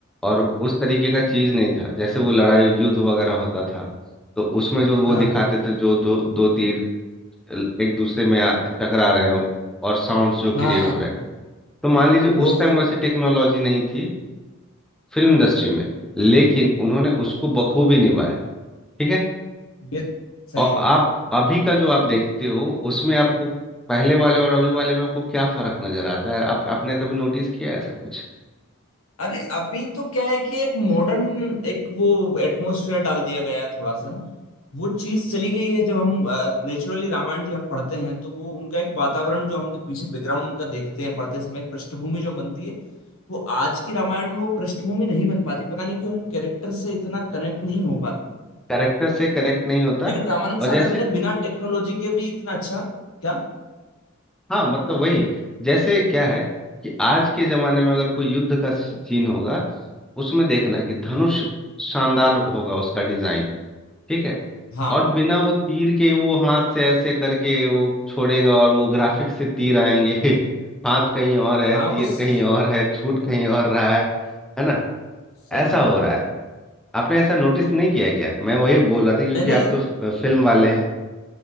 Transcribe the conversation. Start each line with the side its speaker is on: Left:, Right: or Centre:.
Centre: और उस तरीके का चीज नहीं था जैसे वो लड़ाई युद्ध वगैरह होता था तो उसमें जो वो
Left: हाँ
Centre: दिखाते
Left: हाँ
Centre: थे जो दो दो तीर एक दूसरे में आ- टकरा रहे हो और साउंड्स जो क्रिएट
Left: हाँ हाँ
Centre: हो रहे
Left: हाँ,
Centre: हैं
Left: हाँ,
Centre: तो मान लीजिए
Left: वो
Centre: उस टाइम
Left: वो
Centre: वैसी टेक्नोलॉजी नहीं थी फिल्म इंडस्ट्री में लेकिन उन्होंने
Left: हाँ,
Centre: उसको बखूबी निभाया ठीक है
Left: ये सही
Centre: और
Left: है
Centre: आप अभी का जो आप देखते हो उसमें आपको पहले वाले और अभी वाले में आपको क्या फर्क नजर आता है आप आपने कभी नोटिस किया है ऐसा कुछ
Left: अरे अभी तो क्या है कि एक मॉडर्न एक वो एटमॉस्फेयर डाल दिया गया है थोड़ा सा वो चीज चली गई है जब हम नेचुरली रामायण जी हम पढ़ते हैं तो वो उनका एक वातावरण जो हम पीछे बैकग्राउंड उनका देखते हैं पढ़ते समय एक पृष्ठभूमि जो बनती है वो आज की रामायण में वो पृष्ठभूमि नहीं बन पाती पता नहीं क्यों हम कैरेक्टर से इतना कनेक्ट नहीं हो पाते
Centre: कैरेक्टर से कनेक्ट नहीं होता
Left: लेकिन रामानंद
Centre: और
Left: सागर
Centre: जैसे
Left: ने बिना टेक्नोलॉजी के भी इतना अच्छा क्या
Centre: हाँ मतलब वही जैसे क्या है कि आज के जमाने में अगर कोई युद्ध का सीन होगा उसमें देखना कि धनुष शानदार होगा उसका डिजाइन ठीक है
Left: हाँ
Centre: और बिना वो तीर के वो हाथ से ऐसे करके वो छोड़ेगा और वो ग्राफिक्स से तीर आएंगे <laughs> हाथ कहीं और है
Left: हाँ
Centre: तीर
Left: उस
Centre: कहीं और है छूट कहीं और रहा है है ना
Left: सही
Centre: ऐसा
Left: बात
Centre: हो
Left: है
Centre: रहा है आपने ऐसा नोटिस नहीं किया क्या मैं वही बोल रहा था क्योंकि
Left: मैंने
Centre: आप तो फ- फिल्म वाले हैं